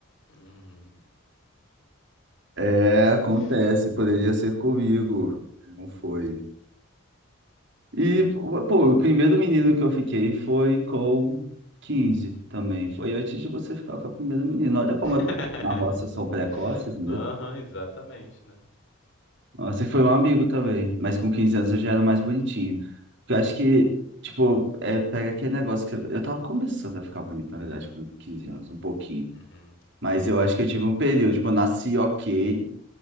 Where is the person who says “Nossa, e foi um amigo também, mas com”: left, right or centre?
Right